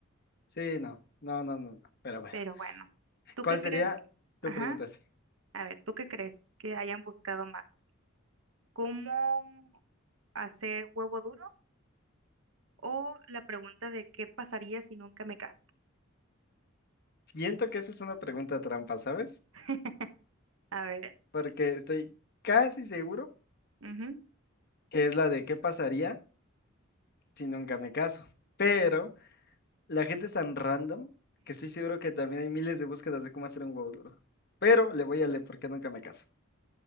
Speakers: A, on the left; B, on the right.
A: Sí, no, no, no, no, no. Pero bueno,
B: pero
A: <laughs>
B: bueno, ¿tú
A: ¿cuál
B: qué crees?
A: sería tu
B: Ajá,
A: pregunta? Sí.
B: a ver, ¿tú qué crees que hayan buscado más? ¿Cómo hacer huevo duro o la pregunta de qué pasaría si nunca me caso?
A: Siento que eso es una pregunta trampa, ¿sabes?
B: <laughs> A ver,
A: Porque estoy casi seguro
B: mhm,
A: que es la de qué pasaría si nunca me caso, pero... La gente es tan random que estoy seguro que también hay miles de búsquedas de cómo hacer un huevo duro. Pero le voy a leer porque nunca me caso.